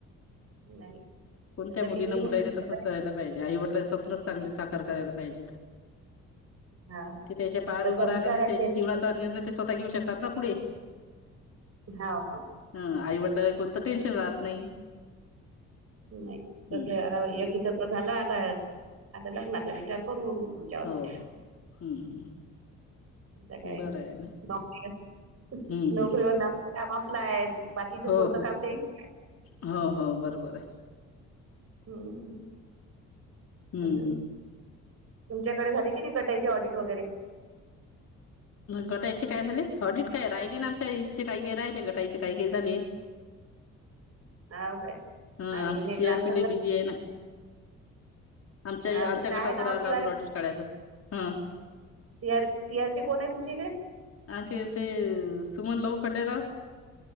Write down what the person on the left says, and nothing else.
कोणत्या
मुलीं
मुलांने
तसंच
करायला पाहिजे आईवडलाचे स्वप्नच चांगले साकार करायला पाहिजेत.
ते त्याच्या
पायावर
उभ रायला
तर
त्याच्या
जीवनाचा निर्णय ते स्वतः घेऊ शकतात ना पुढे.
हा आई वडल्याला कोणता टेन्शन राहत नाही.
हम्म
हो हो. हम्म हम्म
बरं आहे ना
हम्म
हम्म
हो
हो
हो हो बरोबर आहे.
हम्म
हम्म
गटायचे काय झाले हॉडीट काय राहिले ना आमच्या इथचे काही काही राहिले गटायचे काही काही झाले.
ह
आमचे
सी
आर पी
लय बिझी आहे ना. आमच्या
आमच्या
गटाचं
राहिला
अजून ऑडिट काढायचं हं.
आमच्या इथे सुमन लहू खंडेराव.